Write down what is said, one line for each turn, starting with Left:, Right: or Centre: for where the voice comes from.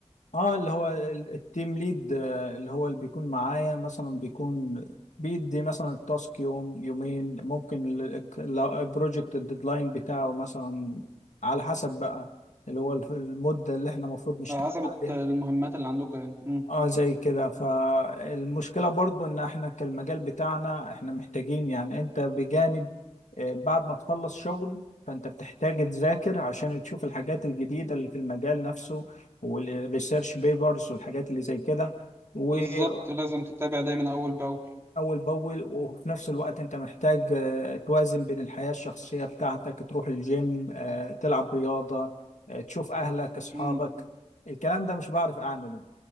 Left: آه، اللي هو ال- التيم ليد آه، اللي هو اللي بيكون معايا مثلا بيكون بيدي مثلا التاسك يوم يومين ممكن ال- ال- البروجكت الديدلاين بتاعه مثلا على حسب بقى اللي هو المدة اللي احنا المفروض نشتغل
Right: على حسب
Left: عليها
Right: الت- المهمات اللي عندكم يعني مم.
Left: اه زي كده فالمشكلة برضو ان احنا كالمجال بتاعنا احنا محتاجين يعني انت بجانب آه، بعد ما تخلص شغل فانت بتحتاج تذاكر عشان تشوف الحاجات الجديدة اللي في المجال نفسه والريسيرش بيبرز والحاجات اللي زي كده وأول
Right: بالظبط لازم تتابع دايما اول باول
Left: بأول وفي نفس الوقت انت محتاج آه، توازن بين الحياة الشخصية بتاعتك تروح الجيم آه، تلعب رياضة آه، تشوف أهلك أصحابك
Right: مم.
Left: الكلام ده مش بعرف أعمله